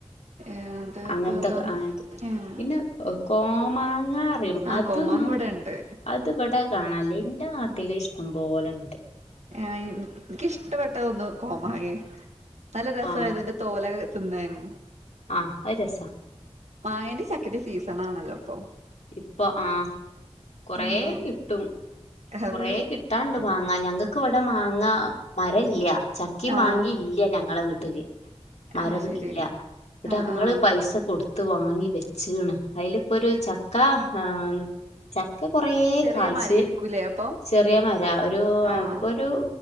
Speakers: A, on the right; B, on the left.
A: ഏഹ് അത്
B: അങ്ങൻത്തൊക്ക
A: ഇപ്പതാ
B: അങ്ങനത്തെ
A: ഏഹ്
B: പിന്ന അവൗ കോമാങ്ങാറെം
A: ആഹ്
B: അത്ന്നു
A: കോമാങ്ങ ഇവിടെ ഉണ്ട്
B: അ ത് ഇബട കാണൻല്ല എന്റ നാട്ടില് ഇഷ്ടം പോലെണ്ട്
A: ഞായിം എനിക്കിഷ്ടപ്പെട്ടതൊന്ന് കോമങ്ങെ നല്ല രസവാ
B: ആഹ്
A: ഇത് ന്റ തോലെക തിന്നാന്
B: ആഹ് അത് രസാ
A: മാങ്ങന്റ ചക്കെടെ സീസണാണല്ലോ ഇപ്പൊ
B: ഇപ്പ ആഹ് കൊറേ
A: ആഹ്
B: കിട്ടും
A: അത്
B: കൊറേ കിട്ട് ട്ടാണ്ട് മാങ്ങ ഞങ്ങക് ക്ക് ഇവിടെ മാങ്ങാ മരല്ല്യ ചക്കിം
A: ആഹ്
B: മാങ്ങിം ഇല്ല്യ ഞങ്ങളെ വീട്ടില് മരം
A: അത് ശരി
B: ഇല്ല എന്നട്ട്
A: ആഹ്
B: അങ്ങള്
A: ആഹ്
B: പൈസ കൊടുത്ത് ത്ത് വാങ്ങി വെച്ചക്ണ് അതിലിപ്പൊ ഒരു ചക്ക ആ ചക്ക കൊറേ
A: ചെറിയ
B: കായ്ച്ച്
A: മരായിരിക്കൂലേ അപ്പൊ
B: ചെറിയ മരാ ഒരു
A: ആഹ്
B: ഇപ്പൊ ഒരു